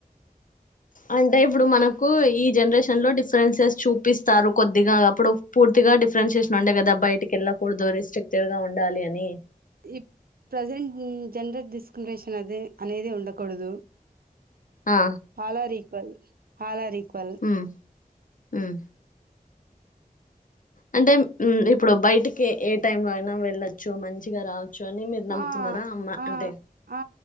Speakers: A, on the left; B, on the right.
A: అంటే ఇప్పుడు మనకు ఈ జనరేషన్ లో డిఫరెన్సెస్ చూపిస్తారు కొద్దిగా అప్పుడు పూర్తిగా డిఫరెన్షయేషన్ ఉండే కదా బయటికి వెళ్ళకూడదు రిస్ట్రిక్టెడ్గా ఉండాలి అని
B: ఇప్ ప్రజెంట్ జెండర్ డిస్క్రిమినేషన్ అదే అనేది ఉండకూడదు
A: ఆ
B: all are equal all are equal
A: ఉమ్ ఉమ్ అంటే మ్ ఇప్పుడు బయటికి ఏ టైమ్ లో అయినా వెళ్ళొచ్చు మంచిగా రా చ్చు అని మీరు నమ్ముతున్నారా
B: ఆ
A: అమ్మ
B: ఆ
A: అంటే
B: ఆ